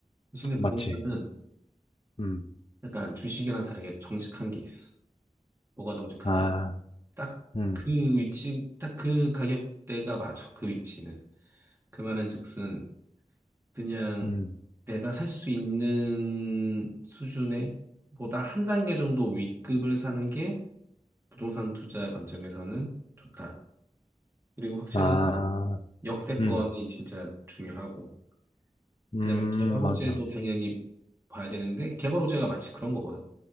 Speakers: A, on the right (about 20°); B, on the left (about 40°).
A: 대신에 부동산은
B: 맞지. 음,
A: 약간 주식이랑 다르게 정직한 게 있어. 뭐가 정직하냐면
B: 아,
A: 딱
B: 음,
A: 그 위치 딱 그 가격대가 맞아 그 위치는 그 말은즉슨 그냥
B: 음,
A: 내가 살 수 있는 수준에 보다 한 단계 정도 윗급을 사는 게 부동산 투자 관점에서는 좋다 그리고 확실한
B: 아,
A: 건 역세권이
B: 음,
A: 진짜 중요하고
B: 음,
A: 그다음에 개발 호재도
B: 맞아.
A: 당연히 봐야 되는데 개발 호재가 마치 그런 거거든